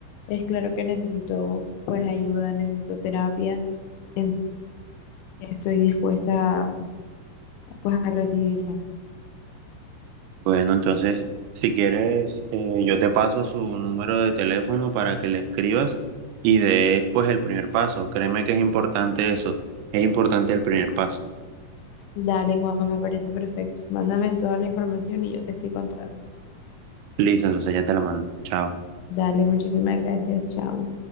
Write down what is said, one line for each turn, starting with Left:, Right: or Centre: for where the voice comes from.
Left: es claro que necesito pues ayuda, necesito terapia. en- Estoy dispuesta a, pues a recibirla.
Right: Bueno, entonces, si quieres, eh, yo te paso su número de teléfono para que le escribas y des pues el primer paso. Créeme que es importante eso. Es importante el primer paso.
Left: Dale, Juan, me parece perfecto. Mándame toda la información y yo te estoy contando.
Right: Listo, entonces ya te la mando. Chao.
Left: Dale, muchísimas gracias. Chao.